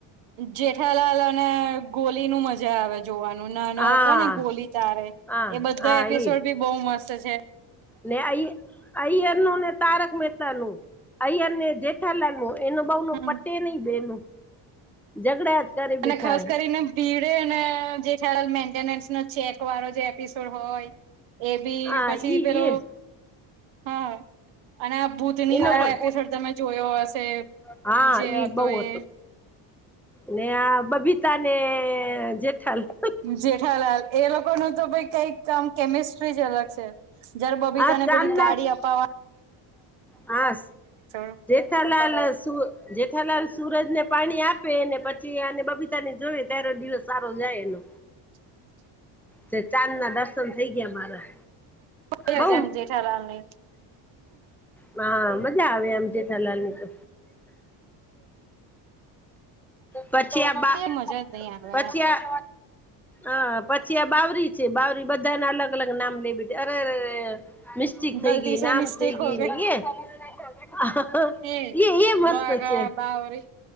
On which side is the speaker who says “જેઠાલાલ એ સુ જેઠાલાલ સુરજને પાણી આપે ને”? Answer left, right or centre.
Centre